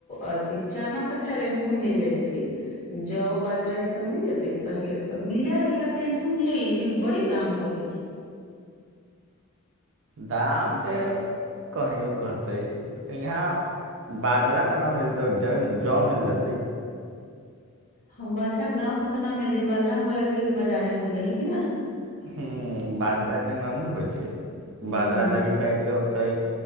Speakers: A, on the left (about 35°); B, on the right (about 60°).
A: अथि चना त खैर इनहुं मिल जाइ छै, जौ बाजरा ई सब मिल जैत सही रेट पर, मिले लै त एनहु मिलले लेकिन बड़ी दाम कहै छै। <unintelligible>
B: दाम त कहियो कहतै यहाँ बाजरा त नै मिलतै जौ मिल जेतै।
A: हं बाजरा गाँव मे त नै मिलतै, बाजरा हमरा लागैत कि बाजारे में मिलतै है कि न।
B: हुं बाजरा एन्ने ना ने होइ छै,
A: हूँ
B: बाजरा लागि जायके होतै